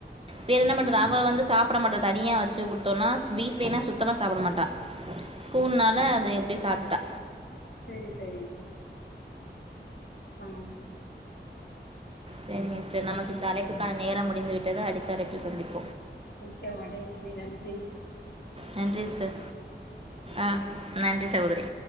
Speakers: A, on the right; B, on the left.
A: வேற என்ன
B: ஆமா
A: பண்றது அவ வந்து சாப்ட மாட்டா தனியா வச்சு குடுத்தோன்னா வீட்லேனா சுத்தமா சாப்ட மாட்டா ஸ்கூல்னால அ த எப்டியோ சாப்டுட்டா
B: சேரி சேரி ஆ
A: சேரிங்க சிஸ்டர் நமக்கு இந்த அழைப்புக்கான நேரம் முடிந்து விட்டது அடுத்த அழைப்பில் சந்திப்
B: மிக்க மகிழ்ச்சி நன்றி
A: நன்றி சிஸ்ட ஆ நன்றி சகோதரி